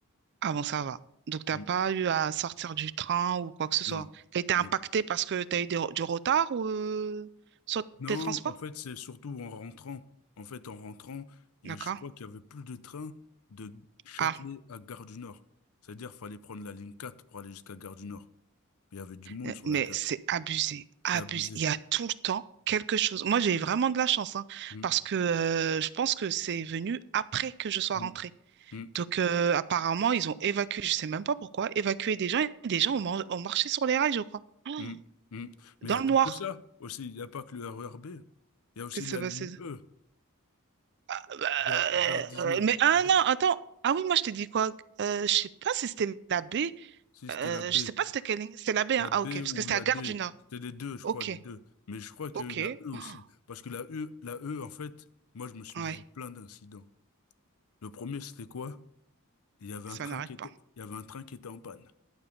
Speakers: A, on the right; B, on the left.
A: Ah bon, ça va. Donc, t'as
B: Mhm.
A: pas eu à sortir du train ou quoi que ce soit.
B: Non,
A: T'as été impacté
B: non.
A: parce que t'as eu des- du retard ou, euh, sur
B: Non,
A: tes transports?
B: en fait, c'est surtout en rentrant. En fait, en rentrant, et
A: D'accord.
B: je crois qu'il y avait plus de train de Châtelet
A: Ah.
B: à Gare du Nord. C'est-à-dire, fallait prendre la ligne 4 pour aller jusqu'à Gare du Nord. Il y avait du monde
A: Euh,
B: sur
A: Mais
B: la 4.
A: c'est abusé,
B: C'est
A: abusé.
B: abusé.
A: Il y a tout le temps quelque chose. Moi, j'ai vraiment de la chance, hein,
B: Mhm,
A: parce que euh, je pense que c'est venu après que je sois
B: mhm,
A: rentrée.
B: mhm.
A: Donc, euh, apparemment, ils ont évacué, je sais même pas pourquoi, évacué des gens et des gens ont, man- ont marché sur les rails, je crois. Oh,
B: Mm, mm. Mais
A: Dans
B: il n'y a
A: le
B: pas
A: noir.
B: que ça aussi, il n'y a pas que le RERB. Il y a aussi
A: Qu'est-ce
B: la
A: qui s'est passé?
B: ligne E
A: Ah bah,
B: vers, vers 19.
A: euh, mais ah
B: vers-
A: non, attends. Ah oui, moi, je t'ai dit quoi? Euh, je sais pas si c'était la baie.
B: Si c'était
A: Euh,
B: la B,
A: je sais pas si c'était quelle ligne. C'était la baie,
B: la
A: hein?
B: B
A: Ah, ok, parce
B: ou
A: que c'était
B: la
A: à Gare
B: D,
A: du Nord.
B: c'était les deux, je
A: Ok,
B: crois, les deux. Mais je crois qu'il
A: ok.
B: y a eu la E aussi.
A: Oh,
B: Parce que la E, la E, en fait, moi, je me suis
A: Ouais,
B: mangé plein d'incidents. Le premier, c'était quoi? Il y avait
A: ça
B: un train
A: n'arrête
B: qui était,
A: pas.
B: il y avait un train qui était en panne.